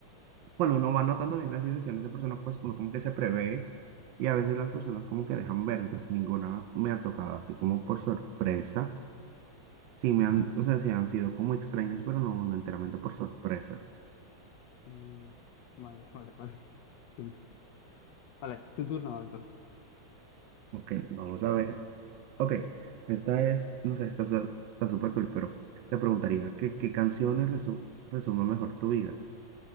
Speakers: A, on the right; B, on the left.
A: cuando uno va notando bien las intenciones de personas, pues uno como que se prevé y a veces las personas como que dejan ver, entonces ninguna me ha tocado así como por sorpresa. Sí me han, o sea, sí han sido como extrañas, pero no, no enteramente por sorpresa.
B: Mm, vale, <laughs> vale, vale. Entiendo. Vale, tu turno ahora, entonces.
A: Ok, vamos a ver. Ok, esta es, no sé, está su- está súper cool, pero te preguntaría, ¿qué, qué canciones resu- resumen mejor tu vida?